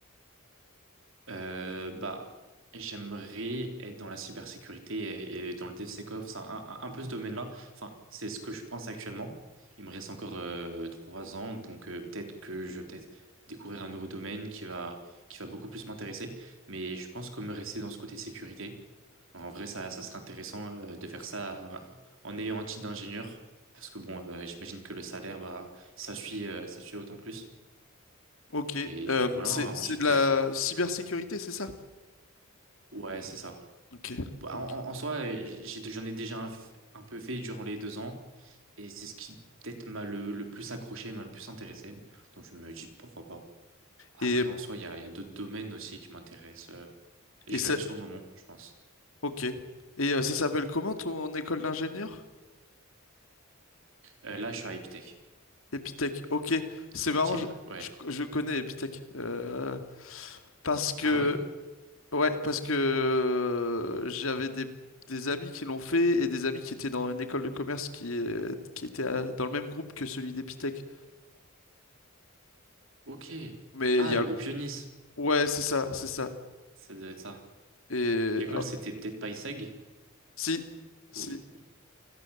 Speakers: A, on the right (about 65°); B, on the left (about 65°).
A: Euh, bah, j'aimerais être dans la cybersécurité et, et dans le DevSecOps, enfin, un, un, un peu ce domaine-là. Enfin, c'est ce que je pense actuellement. Il me reste encore euh, trois ans, donc euh, peut-être que je vais peut-être découvrir un nouveau domaine qui va, qui va beaucoup plus m'intéresser. Mais je pense que me rester dans ce côté sécurité, en vrai, ça, ça serait intéressant euh, de faire ça euh, en ayant un titre d'ingénieur, parce que bon, euh, j'imagine que le salaire, bah, ça suit, euh, ça suit autant plus.
B: Ok,
A: Et,
B: euh,
A: et voilà,
B: c'est,
A: hein,
B: c'est
A: ensuite,
B: de la
A: euh,
B: cybersécurité, c'est ça?
A: ouais, c'est ça.
B: Ok,
A: Bah,
B: ok.
A: en, en- en soi, euh, j'ai- j'en ai déjà un, f- un peu fait durant les deux ans. Et c'est ce qui peut-être m'a le, le plus accroché, m'a le plus intéressé. Donc je me dis pourquoi pas. Après,
B: Et,
A: en soi, il y a, il y a d'autres domaines aussi qui m'intéressent. euh, et
B: et
A: je
B: ça,
A: verrai sur le moment, je pense.
B: ok. Et euh, ça s'appelle comment ton école d'ingénieur?
A: Euh, là, je suis à Epitech.
B: Epitech. Ok, c'est
A: C'est
B: marrant,
A: une chip.
B: je,
A: Ouais.
B: je, je connais Epitech. euh, parce que
A: Ah ouais?
B: Ouais, parce que euh, j'avais des, des amis qui l'ont fait et des amis qui étaient dans une école de commerce qui, est- qui était euh, dans le même groupe que celui d'Epitech.
A: Ok.
B: Mais
A: Ah,
B: il y
A: le
B: a...
A: groupe Ionis.
B: Ouais, c'est ça, c'est ça.
A: Ça doit être ça.
B: Et...
A: L'école,
B: ah,
A: c'était peut-être payseg
B: si, si,
A: Oui. oui.